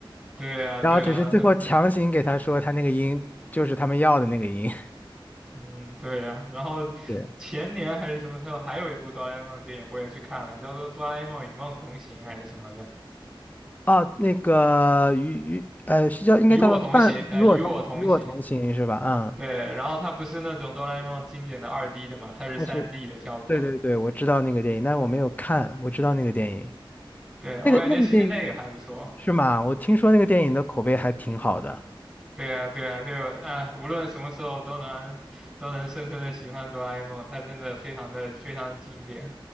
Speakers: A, in the centre; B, on the left.
A: 对呀，
B: 然后只是最后强行给他说他那个音就是他们要的那个音。
A: 对呀，很，
B: <laughs>
A: 嗯，对呀。然后
B: 对，
A: 前年还是什么时候，还有一部哆啦 A 梦电影我也去看了，叫做《哆啦 A 梦与梦同行》还是什么的，
B: 哦，那个与与呃是叫应该叫伴与我同与我同行是吧？
A: 与我同行，呃，与我同行。
B: 嗯，
A: 对，然后它不是那种哆啦 A 梦经典的二 d 的嘛，它是三
B: 但是
A: d 的效果。
B: 对对对，我知道那个电影，但是我没有看，我知道那个电影，
A: 对，
B: 那个那个电影
A: 我感觉其实那个还不错。
B: 是吗？我听说那个电影的口碑还挺好的。
A: 对啊，对啊，就哎，无论什么时候都能都能深深的喜欢哆啦 A 梦，它真的非常的非常的经典。